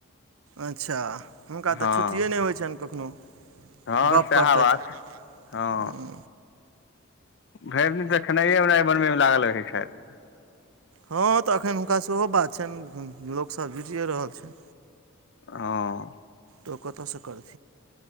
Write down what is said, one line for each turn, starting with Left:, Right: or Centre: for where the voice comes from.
Right: अच्छा, हुनका
Left: हँ
Right: तऽ छुट्टिए नहि होइ छन कखनहु।
Left: हँ
Right: गप्प
Left: सएह
Right: करतैथ
Left: बात
Right: हं।
Left: हँ भरि दिन देखऽ खेनाइए ओनाइ बनबैमे लागलग है छैथ।
Right: हँ तऽ एखन हुनका सेहो बात छनि, लोकसभ जुटिए रहल छनि।
Left: हं।
Right: तऽ क तसऽ करत।